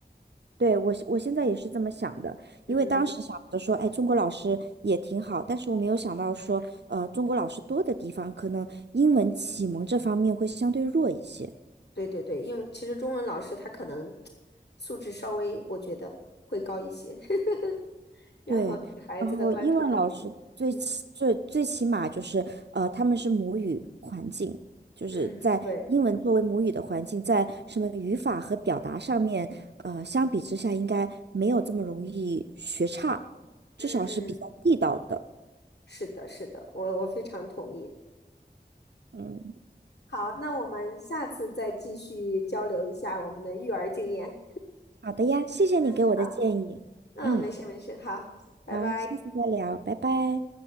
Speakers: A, on the right; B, on the left.
A: 对，我我现在也是这么想的，
B: 嗯嗯，
A: 因为当时想着说，哎，中国老师也挺好，但是我没有想到说，呃，中国老师多的地方，可能英文启蒙这方面会相对弱一些。
B: 对对对，因为其实中文老师他可能素质稍微，我觉得会高一些。<laughs> 然后对孩子的关注可能更嗯
A: 对，然后英文老师最起最最起码就是，呃，他们是母语环境，就是在英文作为母语的环境，
B: 嗯，对，
A: 在什么语法和表达上面，呃，相比之下应该没有这么容易学差，
B: 嗯嗯，
A: 至少是比较地道的。
B: 是的，是的，我我非常同意。
A: 嗯。
B: 好，那我们下次再继续交流一下我们的育儿经验。
A: 好的呀，谢谢你给我的建议。
B: 嗯，好，嗯，
A: 嗯，
B: 没事没事，好，拜拜。
A: 好，下次再聊，拜拜。